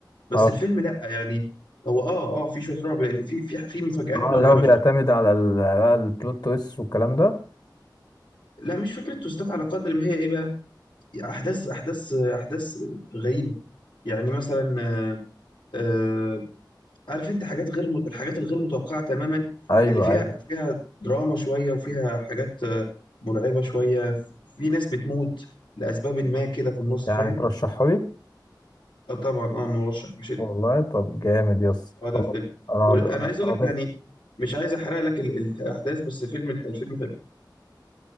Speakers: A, on the left (about 85°); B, on the left (about 60°).
A: بس
B: اه
A: الفيلم لا يعني هو اه اه في شويه رعب لان في في في مفاجآت
B: اه
A: مرعبه
B: اللي هو بيعتمد
A: شويه
B: على ال- بقى البلوت تويست والكلام ده
A: لا مش فكره توستات على قدر ما هي ايه بقى احداث احداث احداث غريبه يعني مثلا آه آه عارف انت حاجات غير م- الحاجات الغير متوقعه تماما
B: ايوه
A: اللي فيها
B: ايوه
A: فيها دراما شويه وفيها حاجات آه، مرعبه شويه في ناس بتموت لاسباب ما كده في النص
B: يعني
A: فاهم
B: ترشحه
A: آه، طبعا اه مرشح بشده
B: والله طب جامد يس
A: اه
B: خلاص
A: لا فيلم
B: انا
A: وانا
B: انا
A: عايز اقول
B: انا ضفته
A: لك يعني مش عايز احرق لك ال- ال- الاحداث بس فيلم الفيلم حلو